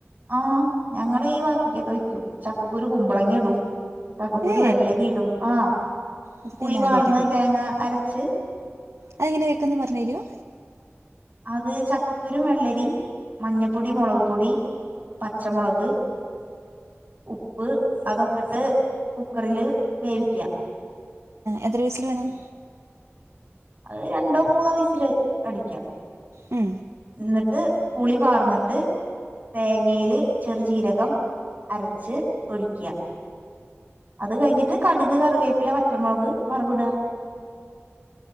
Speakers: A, on the right (about 40°); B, on the right (about 80°).
A: ആ ഞങ്ങടെ ഈ ഭാത്തേക്കൊക്കെ വെക്കും ചക്കക്കുരു കുമ്പളങ്ങ ഇടും. ചക്കക്കുരു
B: ഏ
A: വെള്ളരി ഇടും ആ
B: അതൊക്കെ
A: പുളി
B: ഞാൻ ആദ്യമായിട്ടാണ്
A: പാർന്ന് തേങ്ങ അരച്ച്
B: അയെങ്ങനെയാ വെക്കെന്ന് പറഞ്ഞു തരുവോ?
A: അത് ചക്കക്കുരു വെള്ളരി മഞ്ഞപ്പൊടി മൊളക് പൊടി പച്ചമൊളക് ഉപ്പ് അതൊക് ട്ട് കുക്കറില് വേവിക്കുക
B: എത്ര വിസിൽ വേണം
A: അത് രണ്ടോ മൂന്നോ വിസില് അടിക്കാം
B: മ്
A: ഇന്നട്ട് പുളി പാർന്ന്ട്ട് തേങ്ങേല് ചെറുചീരകം അരച്ച് ഒഴിക്ക്യാ അത് കഴിഞ്ഞിട്ട് കടുക്, കറിവേപ്പില, വറ്റമൊളക് വറവ്ടാ